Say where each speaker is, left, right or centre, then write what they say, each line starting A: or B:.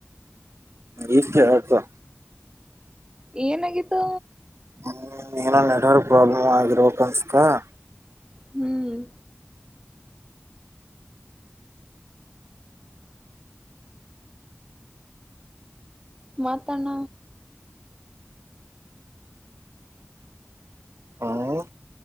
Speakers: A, on the right (about 70°); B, on the right (about 20°).
A: ಇಗ ಕೇಳುತ್ತಾ
B: ಏನಾಗಿತ್ತುು
A: ಹ್ಮ್ ನೆಟ್ವರ್ಕ್ ಪ್ರಾಬ್ಲಮ್ ಆಗೋ ಹ
B: ಹ್ಮ್ ಮಾತಣ
A: ಹ್ಮ್